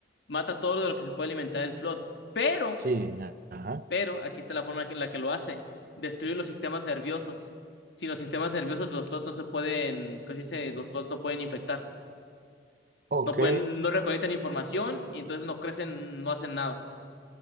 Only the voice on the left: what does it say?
Mata todo lo que se puede alimentar el Flood. Pero
Pero aquí está la forma en la que lo hace. Destruye los sistemas nerviosos. Sin los sistemas nerviosos, los plots no se pueden, ¿cómo se dice? Los plots no pueden infectar.
No pueden, no recolectan información y entonces no crecen, no hacen nada.